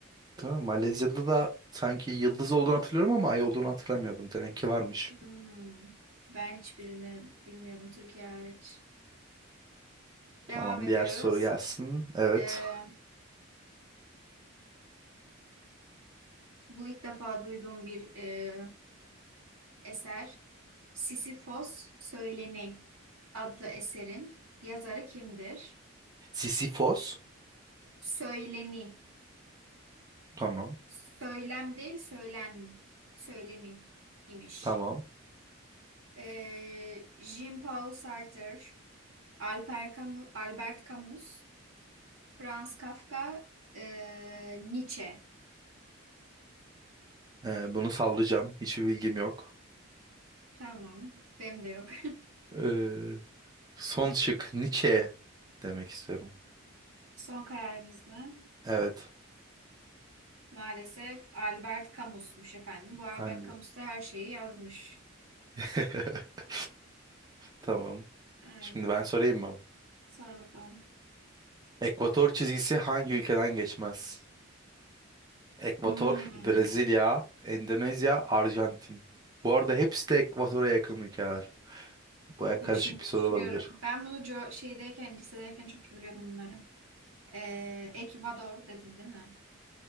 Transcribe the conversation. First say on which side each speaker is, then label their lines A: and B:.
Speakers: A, on the right; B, on the right.
A: Tamam. Malezya'da da sanki yıldız olduğunu hatırlıyorum ama ay olduğunu hatırlamıyordum. Demek ki varmış.
B: Hmm. Ben hiçbirini bilmiyordum Türkiye hariç. Devam
A: Tamam.
B: ediyoruz.
A: Diğer soru gelsin. Evet.
B: Ee, Bu ilk defa duyduğum bir e, eser. Sisifos Söyleni adlı eserin yazarı kimdir?
A: Sisyphos.
B: Söyleni.
A: Tamam.
B: Söylem değil, söylen. Söyleni imiş.
A: Tamam.
B: E, Jean-Paul Sartre, Alper Camus, Albert Camus, Franz Kafka, e, Nietzsche.
A: Ee, bunu sallayacağım. Hiçbir bilgim yok.
B: Tamam, benim de yok.
A: Ee, son şık Nietzsche demek istiyorum.
B: <laughs> Son kararınız mı?
A: Evet.
B: Maalesef Albert Camus'muş efendim. Bu Albert
A: Hani...
B: Camus da her şeyi yazmış.
A: <laughs> Tamam.
B: Aynen.
A: Şimdi ben sorayım mı?
B: Sor bakalım.
A: Ekvator çizgisi hangi ülkeden geçmez? Ekvator,
B: Hmm.
A: Brezilya, Endonezya, Arjantin. Bu arada hepsi de Ekvator'a yakın ülkeler. Baya karışık
B: Dur şimdi
A: bir soru
B: düşünüyorum.
A: olabilir.
B: Ben bunu co- şeydeyken, lisedeyken çok iyi biliyordum bunları. Ee, Ekvador dedin değil mi?